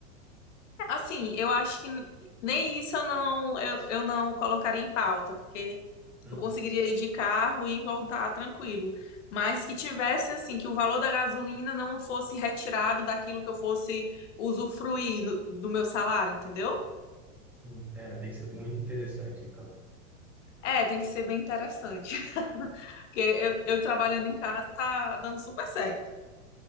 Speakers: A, on the left (about 60°); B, in the centre.
A: Assim, eu acho que nem isso eu não, eu, eu não colocaria em pauta, porque
B: né.
A: eu conseguiria ir de carro e voltar tranquilo. Mas que tivesse, assim, que o valor da gasolina não fosse retirado daquilo que eu fosse usufruir no- do meu salário, entendeu?
B: Sim, é, tem que ser muito interessante, então.
A: É, tem que ser bem interessante. <laughs> Porque eu, eu trabalhando em casa tá dando super certo.